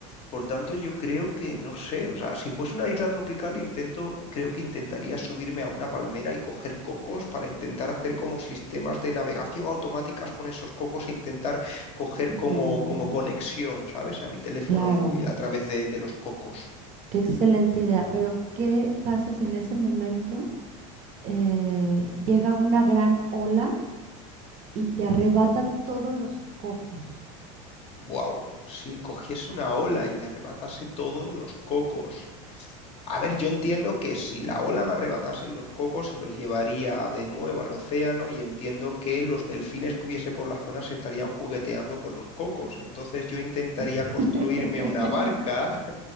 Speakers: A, on the left; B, on the right.
A: Por tanto, yo creo que no sé, o sea, si fuese una isla tropical, intento, creo que intentaría subirme a una palmera y coger cocos para intentar hacer como sistemas de navegación automáticas con esos cocos e intentar coger
B: ujú,
A: como, como
B: ujú.
A: conexión, ¿sabes? A mi teléfono
B: Claro,
A: móvil a través de de los cocos.
B: qué excelente idea. Pero, ¿qué pasa si en ese momento eh, llega una gran ola y te arrebata todos los cocos?
A: Wow, si cogiese una ola y me arrebatase todos los cocos. A ver, yo entiendo que si la ola me arrebatase los cocos, se los llevaría de nuevo al océano y entiendo que los delfines que hubiese por la zona se estarían jugueteando con los cocos. Entonces yo intentaría
B: <laughs>
A: construirme una barca